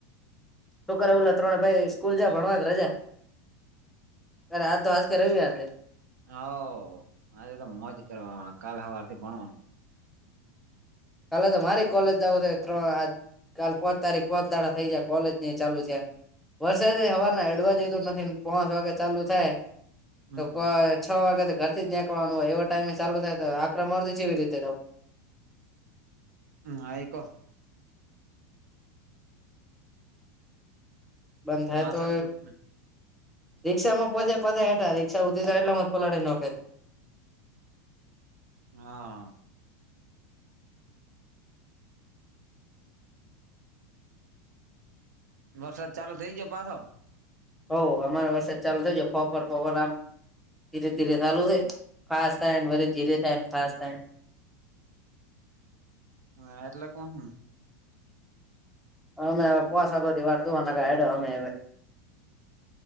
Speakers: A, in the centre; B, on the right (about 85°).
A: છોકરા ઓલા ત્રણે ભાઈ સ્કૂલ જા ભણવા કે, રજા અરે આજ તો હાજ કે રવ છે.
B: હ, આજે તો મજ કરવા, કાલે હવારથી ભણવાનું.
A: કાલે તો મારી કોલેજું થ ત્ર <unintelligible> કાલ પોચ તારીખ પોચાડા થઈ જાય, કોલેજ ની ચાલુ છે. વરસાદ હવાના એડવાજ તો નથી, પાચ વાગે ચાલુ થાય.
B: હમ
A: તો કોઈ છ વાગે તો ઘર થી જ નીકળવાનું હોય, એવો ટાઈમે ચાલુ થાય, તો આક મળતી એવી રીતે.
B: હમ, આઈકો.
A: બંધ થાય
B: માથાકૂટ
A: તો. રીક્ષામાં પછ્યા પાછેઠા, રીક્ષા ઉરી તો એટલામાં જ પલાળી નાખે.
B: હા. વરસાદ ચાલુ થઇ જયો પાછો.
A: હો, અમારે વરસા જ ચાલુ થઇ છે, ફફર ફફર આમ ધીરે-ધીરે ચાલુ
B: બસ
A: છે. ખાસા વરી ધીરે થન ખાસ્ટન
B: હ, આ એલા લે કોણ?
A: અમે પોસગોથી વાટવા ના એડ અમે.